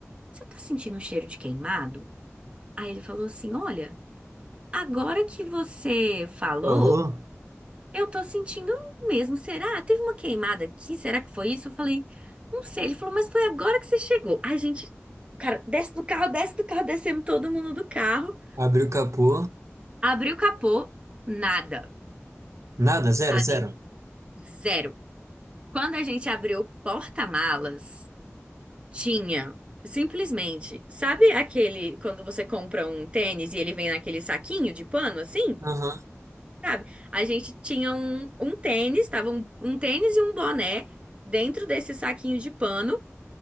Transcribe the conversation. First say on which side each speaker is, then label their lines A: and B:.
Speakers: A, on the right; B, on the right.
A: você tá sentindo um cheiro de queimado? Aí ele falou assim: olha, agora que você falou.
B: Falou,
A: Eu tô sentindo mesmo. Será? Teve uma queimada aqui? Será que foi isso? Eu falei, não sei. Ele falou, mas foi agora que você chegou. Ai, gente, cara, desce do carro, desce do carro, descemos todo mundo do carro.
B: abriu o capô.
A: Abriu o capô, nada.
B: Nada, zero,
A: Amigo,
B: zero.
A: zero. Quando a gente abriu o porta-malas, tinha simplesmente, sabe aquele quando você compra um tênis e ele vem naquele saquinho de pano assim?
B: Aham.
A: Sabe? A gente tinha um, um tênis, tava um, um tênis e um boné dentro desse saquinho de pano